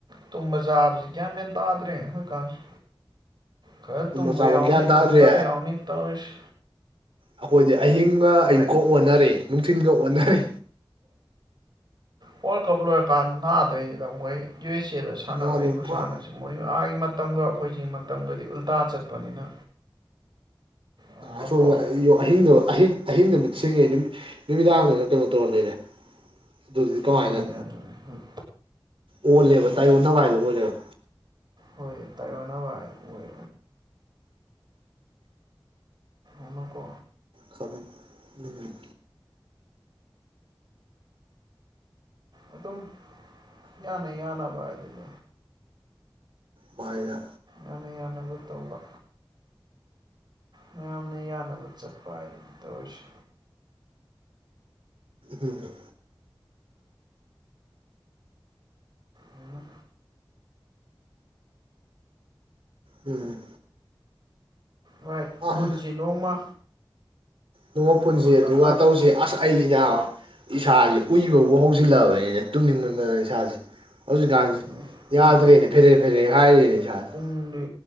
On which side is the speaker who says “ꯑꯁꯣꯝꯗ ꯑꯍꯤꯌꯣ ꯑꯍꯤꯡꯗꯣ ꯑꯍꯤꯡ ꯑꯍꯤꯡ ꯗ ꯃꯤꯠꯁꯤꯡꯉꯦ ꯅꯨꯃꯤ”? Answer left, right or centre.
Right